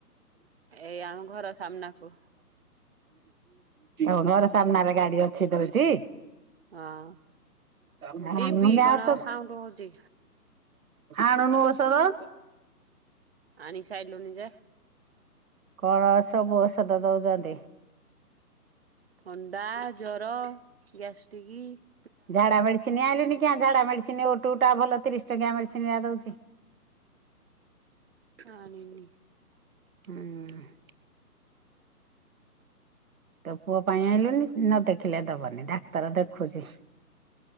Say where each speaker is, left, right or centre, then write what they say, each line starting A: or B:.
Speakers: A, on the right; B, on the right.
A: ଏଇ ଆମ ଘର ସାମ୍ନାକୁ
B: ଉ ଘୋର ସାମ୍ନାରେ ଗାଡି ଅଛି ଦଉଛି।
A: ହଁ
B: ଗ୍ୟାସ
A: ଟିଭି କଣ ସାଉଣ୍ଡ ହଉଚି
B: ଆଣୁନୁ ଔଷଧ
A: ଆଣି ସାାଇଲୁଣି ଜେ
B: କଣ ସବୁ ଔଷଧ ଦଉଛନ୍ତି?
A: ଥଣ୍ଡା ଜର ଗ୍ୟାସ ଟିକ
B: ଝାଡ଼ା ମେଡିସିନ ଆଇଲୁନି କ ଝାଡା ମେଡିସିନ ଓ ଟୁ ଟା ଭଲ ତିରିଶ ଟଙ୍କି ମେଡିସିନ ଦିଆ ଦଉଛି ହୁଁ
A: ଆଣିନି
B: ତ ପୁଅ ପାଇଁ ଆଇଲୁନି ନ ଦେଖିଲେ ଦବନି ଡାକ୍ତର ଦେଖୁଛି